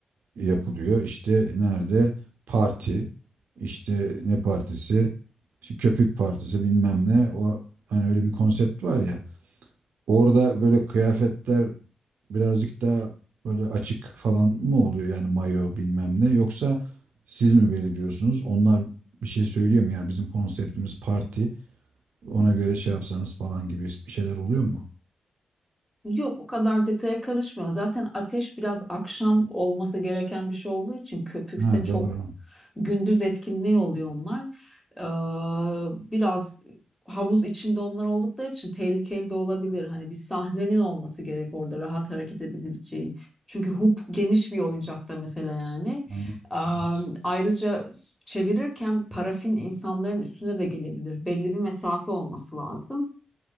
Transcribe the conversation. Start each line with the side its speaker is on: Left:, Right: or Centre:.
Right: yapılıyor. İşte nerede? Parti. İşte ne partisi? İşte köpük partisi bilmem ne. O hani öyle bir konsept var ya. Orada böyle kıyafetler birazcık daha böyle açık falan mı oluyor yani mayo bilmem ne yoksa siz mi belirliyorsunuz? Onlar bir şey söylüyor mu ya bizim konseptimiz parti ona göre şey yapsanız falan gibi bir şeyler oluyor mu?
Centre: Yok o kadar detaya karışmıyor. Zaten ateş biraz akşam olması gereken bir şey olduğu için köpükte
Right: Ha
Centre: çok
Right: doğru.
Centre: gündüz etkinliği oluyor onlar. Ee, biraz havuz içinde onlar oldukları için tehlikeli de olabilir. Hani bir sahnenin olması gerek orada rahat hareket edebileceğin. Çünkü hoop geniş bir oyuncakta mesela yani.
Right: Aynen.
Centre: Ee,
Right: Evet.
Centre: ayrıca çevirirken parafin insanların üstüne de gelebilir. Belli bir mesafe olması lazım.